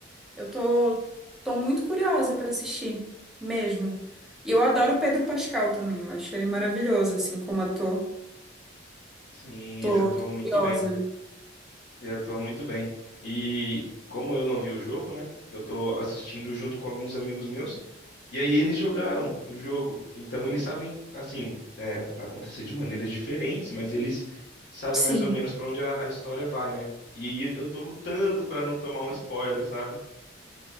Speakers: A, in the centre; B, on the left.
A: Eu tô, tô muito curiosa pra assistir, mesmo. E eu adoro o Pedro Pascal também, eu acho ele maravilhoso, assim, como ator.
B: Sim,
A: Tô,
B: ele atua
A: tô
B: muito
A: curiosa.
B: bem. Ele atua muito bem. E como eu não vi o jogo, né? Eu tô assistindo junto com alguns amigos meus. E aí eles jogaram o jogo. Então eles sabem, assim, é, vai acontecer de maneiras diferentes, mas eles sabem
A: Sim.
B: mais ou menos pra onde a, a história vai, né? E aí eu tô lutando pra não tomar um spoiler, sabe?